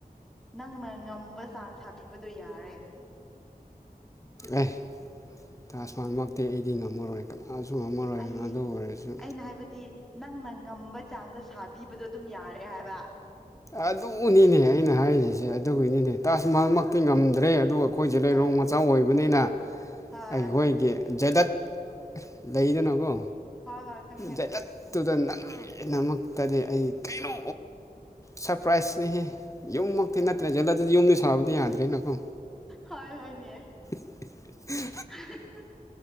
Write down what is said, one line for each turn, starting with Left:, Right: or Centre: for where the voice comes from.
Centre: ꯅꯪꯅ ꯉꯝꯕ ꯆꯥꯡ ꯁꯥꯕꯤꯕꯗꯣ ꯌꯥꯔꯦ
Left: ꯑꯦ ꯇꯥꯁ ꯃꯥꯍꯜꯃꯛꯇꯤ ꯑꯩꯗꯤ ꯉꯝꯃꯔꯣꯏ ꯃꯥꯁꯨ ꯉꯝꯃꯔꯣꯏ
Centre: ꯑꯩ
Left: ꯑꯗꯨ ꯑꯣꯏꯔꯁꯨ
Centre: ꯑꯩꯅ ꯍꯥꯏꯕꯗꯤ ꯅꯪꯅ ꯉꯝꯕ ꯆꯥꯡꯗ ꯁꯥꯕꯤꯕꯗꯣ ꯑꯗꯨꯝ ꯌꯥꯔꯦ ꯍꯥꯏꯕ
Left: ꯑꯗꯨꯅꯤꯅꯦ ꯑꯩꯅ ꯍꯥꯏꯔꯤꯖꯦ ꯑꯗꯨꯒꯤꯅꯤꯅꯦ ꯇꯥꯁ ꯃꯍꯜꯃꯛꯇꯤ ꯉꯝꯗ꯭ꯔꯦ ꯑꯗꯨ ꯑꯩꯈꯣꯏ ꯖꯩꯂꯩꯔꯣꯡ
Centre: ꯍꯣꯏ
Left: ꯃꯆꯥꯥ ꯑꯣꯏꯕꯅꯤꯅ
Centre: ꯍꯣꯏ
Left: ꯑꯩꯈꯣꯏꯒꯤ ꯖꯦꯗꯠ ꯂꯩꯗꯅꯀꯣ
Centre: ꯍꯣꯏ ꯍꯣꯏ ꯈꯪꯉꯦ ꯈꯪꯉꯦ
Left: ꯖꯦꯗꯠ ꯇꯨꯗ ꯅꯪꯒꯤꯗꯃꯛꯇꯗꯤ ꯑꯩ ꯀꯩꯅꯣ ꯁꯔꯄ꯭ꯔꯥꯏꯖꯅꯦꯍꯦ ꯌꯨꯝꯃꯛꯇꯤ ꯅꯠꯇ꯭ꯔꯦ ꯖꯠꯂ ꯑꯗꯨꯗꯤ ꯌꯨꯝꯗꯤ ꯁꯥꯕꯗꯤ ꯌꯥꯗ꯭ꯔꯦꯅꯀꯣ
Centre: ꯍꯣꯏ ꯍꯣꯏꯃꯦ
Left: <unintelligible>
Centre: <unintelligible>